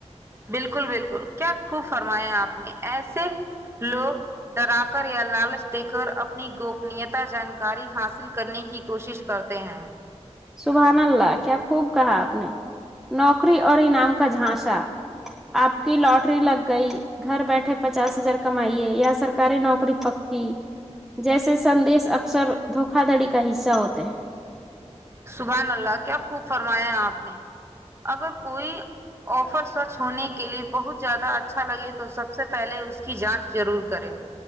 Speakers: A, on the right; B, in the centre.
A: بالکل بالکل کیا خوب فرمایا آپ نے ایسے لوگ ڈرا کر یا لالچ دے کر اپنی گوپنیتا جانکاری حاصل کرنے کی کوشش کرتے ہیں
B: سبحان اللہ کیا خوب کہا آپ نے نوکری اور انعام کا جھانسا آپ کی لاٹری لگ گئی گھر بیٹھے پچاس ہزار کمائیے یا سر سرکاری نوکری پکی جیسے سدیش اکثر دھوکا دھڑی کا حصہ ہوتے ہیں
A: سبح اللہ کیا خوب فرمایا آپ نے اگر کوئی آفر سچ ہونے کے لیے بہت زیادہ اچھا لگے تو سب سے پہلے اس کی جانچ ضرور کریں